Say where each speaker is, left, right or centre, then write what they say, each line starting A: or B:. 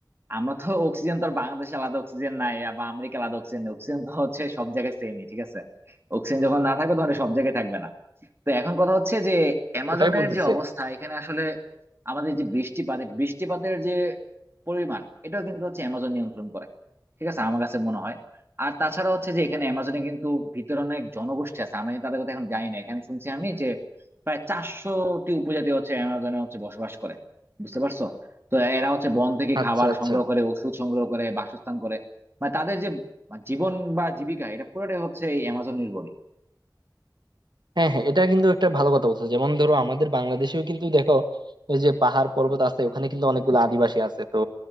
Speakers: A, on the right; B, on the right.
A: আমরা তো অক্সিজেন তো আর বাংলাদেশে আলাদা অক্সিজেন নাই আর বা আমেরিকা আলাদা অক্সিজেন নেই অক্সিজেন তো হচ্ছে সব জায়গায় সেমই ঠিক আছে অক্সিজেন যখন না থাকবে তখন এটা সব জায়গায় থাকবে না তো এখন কথা হচ্ছে যে অ্যামাজনের
B: ওটাই বলতেছে
A: যে অবস্থা এখানে আসলে আমাদের যে বৃষ্টিপাত এই বৃষ্টিপাতের যে পরিমাণ এটাও কিন্তু হচ্ছে অ্যামাজন নিয়ন্ত্রণ করে ঠিক আছে আমার কাছে মনে হয় আর তাছাড়া হচ্ছে যে এখানে অ্যামাজনে কিন্তু ভিতরে অনেক জনগোষ্ঠী আছে আমি তাদের কথা এখন জানি না এখানে শুনছি আমি যে প্রায় চারশোটি উপজাতি হচ্ছে অ্যামাজনে হচ্ছে বসবাস করে বুঝতে পারছো তো এরা হচ্ছে বন থেকে
B: আচ্ছা
A: খাবার
B: আচ্ছা
A: সংগ্রহ করে ওষুধ সংগ্রহ করে বাসস্থান করে মানে তাদের যে জীবন বা জীবিকা এটা পুরোটাই হচ্ছে এই অ্যামাজন নির্ভরই
B: হ্যাঁ হ্যাঁ এটা কিন্তু একটা ভালো কথা বলছো যেমন ধরো আমাদের বাংলাদেশেও কিন্তু দেখো ওই যে পাহাড় পর্বত আছে ওখানে কিন্তু অনেকগুলো আদিবাসী আছে তো